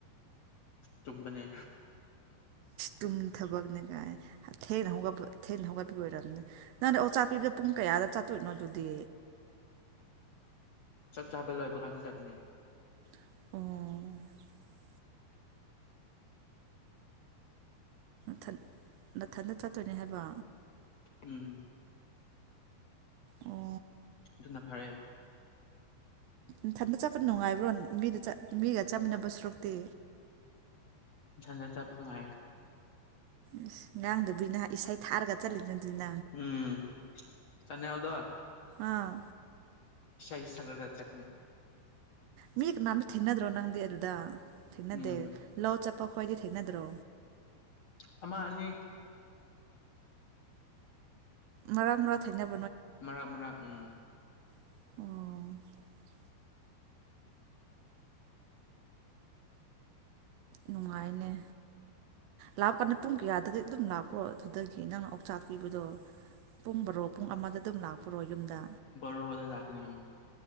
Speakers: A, on the left; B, on the right.
A: ꯇꯨꯃꯅꯦ
B: ꯇꯨꯝ ꯊꯕꯛꯅꯤ ꯀꯥꯏ ꯊꯦꯡꯅꯒꯠꯄ ꯊꯦꯡꯅ ꯍꯧꯒꯠꯄꯤ ꯑꯣꯏꯔꯕꯝꯅꯦ ꯅꯪꯅ ꯑꯣ ꯆꯥꯛ ꯄꯤꯕꯤꯗ ꯄꯨꯡ ꯀꯌꯥꯗ ꯆꯥꯠꯇꯣꯏꯅꯣ ꯑꯗꯨꯗꯤ
A: ꯆꯥꯛ ꯆꯥꯕ ꯂꯣꯏꯕ ꯀꯥꯟꯁꯤ ꯆꯛꯅꯤ
B: ꯑꯣ ꯊ ꯅꯥꯊꯟꯇ ꯆꯠꯇꯣꯏꯅꯦ ꯍꯥꯏꯕ
A: ꯎꯝ
B: ꯑꯣ
A: ꯑꯗꯨ ꯅꯥ ꯐꯔꯦ
B: ꯏꯊꯟꯗ ꯆꯠꯄ ꯅꯨꯡꯉꯥꯏꯕ꯭ꯔꯣ ꯃꯤꯒ ꯃꯤꯒ ꯆꯥꯃꯤꯟꯅꯅꯕ ꯁꯨꯔꯛꯇꯦ
A: ꯊꯅ ꯆꯄꯅꯅꯨꯡꯉꯥꯏ
B: ꯎ ꯉꯥꯡꯗꯨꯕꯨ ꯅꯍ ꯏꯁꯩ ꯊꯥꯔꯒ ꯆꯠꯂꯤꯗ ꯑꯗꯨꯅ
A: ꯎꯝ ꯆꯅꯤ ꯍꯎꯗ
B: ꯑꯥ
A: ꯁꯏ ꯁꯥꯒꯔꯒ ꯆꯥꯛꯅꯤ
B: ꯃꯤ ꯀꯅꯥꯝꯇ ꯊꯦꯡꯅꯗ꯭ꯔꯣ ꯅꯪꯗꯤ ꯑꯗꯨꯗ ꯊꯅ
A: ꯎꯝ
B: ꯗꯦ ꯂ ꯆ ꯄꯥ꯭ꯋꯥꯗꯤ ꯊꯦꯡꯅꯗ꯭ꯔꯣ
A: ꯑꯃ ꯑꯅꯤ
B: ꯃꯔꯥꯡ ꯃꯔꯥ ꯊꯥꯏꯅꯕ
A: ꯃꯔꯥꯡ ꯃꯔꯥꯡ ꯎꯝ
B: ꯑꯣ ꯅꯨꯡꯉꯥꯏꯅꯦ ꯂꯥꯛꯄ ꯀꯥꯟꯗ ꯄꯨꯡ ꯀꯌꯥꯗꯗꯤ ꯑꯗꯨꯝ ꯂꯥꯛꯄ꯭ꯔꯣ ꯑꯗꯨꯗꯒꯤ ꯅꯪꯅ ꯑꯣꯛꯆꯥꯛ ꯄꯤꯕꯗꯣ ꯄꯨꯡꯕꯔꯣ ꯄꯨꯡ ꯑꯃꯗ ꯑꯗꯨꯝ ꯂꯥꯛꯄꯔꯣ ꯌꯨꯝꯗ
A: ꯔ ꯂꯥꯛꯀꯅꯤ ꯑ